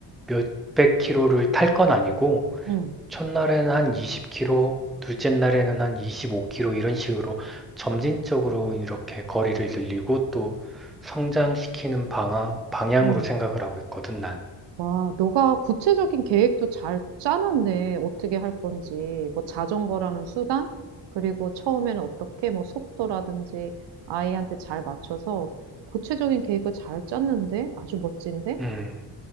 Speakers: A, in the centre; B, on the right.
A: 몇백 킬로를 탈 건 아니고
B: 음,
A: 첫날에는 한 20km, 둘째 날에는 한 25km 이런 식으로 점진적으로 이렇게 거리를 늘리고 또 성장시키는 방향, 방향으로
B: 음.
A: 생각을 하고 있거든, 난.
B: 와, 너가 구체적인 계획도 잘 짜놨네. 어떻게 할 건지. 뭐 자전거라는 수단? 그리고 처음에는 어떻게 뭐 속도라든지 아이한테 잘 맞춰서 구체적인 계획을 잘 짰는데? 아주 멋진데?
A: 음,